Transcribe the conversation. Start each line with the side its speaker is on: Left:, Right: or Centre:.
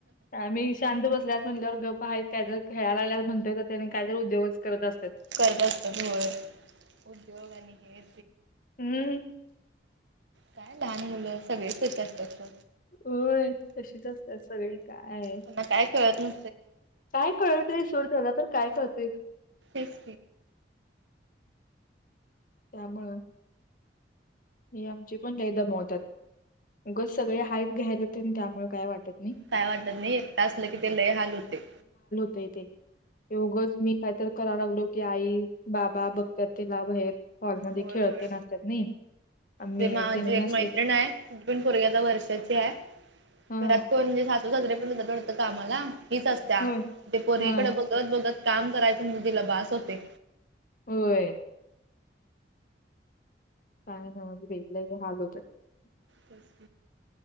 Left: म्ही शांत बसल्यात म्हणल्यावर ग काही जर खेळालागल्याला म्हणतयेतात कायर उद्योगच करत असतात.
Right: करत असत्यात होय,
Left: हम्!
Right: काय लहान मुलं सगळेच तसे असतात.
Left: होय तशीच असतात सगळी, काय
Right: त्यांना काय कळत न
Left: काय कळतेय सोड त्याला तर काय कळतय,
Right: एस,
Left: त्यामुळं हे आमचे पण काही दमवतातगस सगळे हाच घ्यायलाते त्यामुळे काय वाटत. नाही.
Right: काय वाटत नाही एकट असलं की ते लय हाल होते.
Left: एगंच मी काहीतरी करायला लागलो की, आई बाबा बघतात तिला बाहेर हॉलमध्ये
Right: होय
Left: खेळते
Right: होय
Left: नसतात नाही. आम्ही
Right: ते माझी
Left: त्यांनी
Right: एक
Left: नसले
Right: मैत्रिण आहे, ती पण पोरगी आता वर्षाची आहे.
Left: हा
Right: घरात कोणे सासू साजे पण होतो. का आमला हीच असत
Left: होय
Right: ते पोरीवीकडे
Left: हा
Right: बघत, बघत काम करायचं मग तिला भास होते.
Left: होय. काय ना म्हणजे वेगला हाल होतात.
Right: बस.